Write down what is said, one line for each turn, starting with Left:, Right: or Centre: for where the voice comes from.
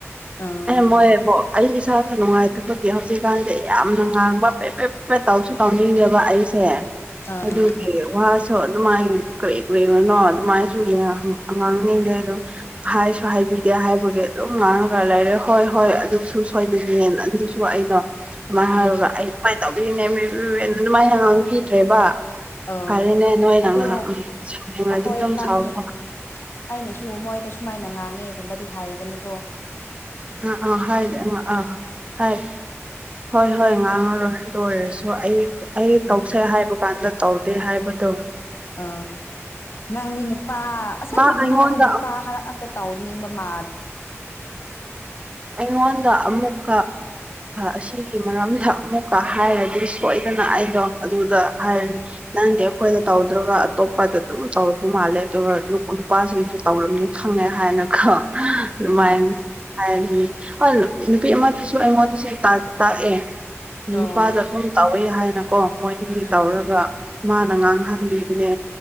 Left: ꯑꯥ
Right: ꯑꯦ ꯃꯣꯏ ꯑ ꯁꯥꯥꯣ ꯅꯅꯨꯡꯉꯥꯏ ꯇꯣꯍ ꯍꯧꯖꯤꯛꯀꯥꯟꯁꯦ ꯌꯥꯝꯅ ꯉꯥꯡꯕ ꯄꯦ ꯄꯦ ꯄꯦꯠ ꯇꯧꯁꯨ ꯇꯥꯎꯅꯤꯡꯉꯦꯕ ꯑꯩꯁꯦ
Left: ꯑꯥ
Right: ꯑꯗꯨꯒꯤ ꯋꯥꯁꯨꯣ ꯑꯗꯨꯃꯥꯏꯅ ꯀꯔꯤ ꯀꯔꯤꯅꯅꯣ ꯑꯗꯨꯃꯥꯏꯅꯁꯨꯉꯉꯥꯡꯅꯤꯡꯗꯦ ꯑꯗꯨꯝ ꯍꯥꯏꯁꯨ ꯍꯥꯏꯕꯤꯗꯦ ꯍꯥꯏꯕ ꯒꯤ ꯑꯗꯨꯝ ꯉꯥꯡꯅꯒ ꯂꯩꯔꯦ ꯍꯣꯏ ꯍꯣꯏ ꯑꯗꯨꯁꯨ ꯁꯣꯏꯗꯅꯦꯅ ꯑꯗꯨꯁꯨ ꯑꯩꯩꯅꯣ ꯁꯨꯥꯏꯅ ꯍꯥꯏꯔꯒ
Left: ꯎꯝ
Right: ꯑꯩ ꯁꯨꯃꯥꯏꯅ ꯇꯧꯕꯤꯔꯤꯅꯦ ꯃꯥꯏꯅ ꯉꯥꯡꯕꯤꯗ꯭ꯔꯦꯕ
Left: ꯑꯧ
Right: ꯐꯔꯦꯅꯦ ꯅꯣꯏꯗꯍꯥꯛꯅꯤꯡꯉꯗꯤ
Left: ꯑꯗꯣ ꯑꯩꯈꯣꯏ
Right: ꯑꯗꯨꯝ
Left: ꯏꯕꯥꯅꯤ
Right: ꯁꯥꯎꯋꯦ
Left: ꯑꯩꯅꯁꯨ ꯃꯣꯏꯗ ꯁꯨꯃꯥꯏꯅ ꯉꯥꯡꯉꯦꯒꯨꯝꯕꯗꯤ ꯍꯥꯏꯒꯅꯨꯀꯣ
Right: ꯑꯥ ꯑꯥ ꯍꯥꯏ ꯑ ꯑꯥ ꯍꯥꯏ ꯍꯣꯏ ꯍꯣꯏ ꯉꯥꯡꯉꯔꯣꯏ ꯂꯣꯏꯔꯁꯨ ꯑꯩ ꯑꯩ
Left: ꯎꯝ
Right: ꯇꯧꯁꯦ ꯍꯥꯏꯕ ꯀꯥꯟꯗ ꯇꯧꯗꯦ ꯍꯥꯏꯕꯗꯣ
Left: ꯑ ꯅꯪꯒꯤ ꯅꯨꯄꯥ ꯑꯁꯦꯡꯕꯗꯤ
Right: ꯃꯥ ꯑꯩꯉꯣꯟꯗ
Left: ꯃꯥꯗꯣ ꯅꯨꯄꯥ ꯈꯔ ꯑꯠꯇ ꯇꯥꯎ ꯅꯤꯡꯕ ꯃꯥ
Right: ꯑꯩꯉꯣꯟꯗ ꯑꯃꯨꯛ ꯑꯁꯤꯒꯤ ꯃꯔꯝꯗ ꯑꯃꯨꯛꯀ ꯍꯥꯏꯔꯗꯤ ꯁꯣꯏꯗꯅ ꯑꯩ ꯣ ꯑꯗꯨꯗ ꯍꯥꯏꯔꯅꯤ
Left: ꯎꯝ
Right: ꯅꯪꯗꯤ ꯑꯩꯈꯣꯏꯅ ꯇꯧꯗ꯭ꯔꯒ ꯑꯇꯣꯞꯄꯗ ꯑꯗꯨꯝ ꯇꯧꯔꯨ ꯃꯥꯜꯂꯦ ꯑꯗꯨꯒ ꯅꯨꯄꯥꯁꯤꯡꯁꯨ ꯇꯧꯔꯝꯅꯤ ꯈꯪꯉꯦ ꯍꯥꯏꯅ ꯣ ꯑꯗꯨꯃꯥꯏꯅ
Left: ꯎꯝ
Right: ꯍꯥꯏ ꯑ ꯅꯨꯄꯤ ꯑꯃꯗꯁꯨ ꯑꯩꯉꯣꯟꯗꯁꯨ ꯇꯥꯛꯑꯦ ꯅꯨꯄꯥꯗ
Left: ꯑꯣ
Right: ꯑꯗꯨꯝ ꯇ ꯊꯣꯛꯦ ꯍꯥꯏꯅꯀꯣ ꯃꯣꯏꯒꯤ
Left: ꯎꯝ
Right: ꯇꯧꯔꯒ ꯃꯥꯅ ꯉꯥꯡꯍꯟꯕꯤꯕꯅꯦ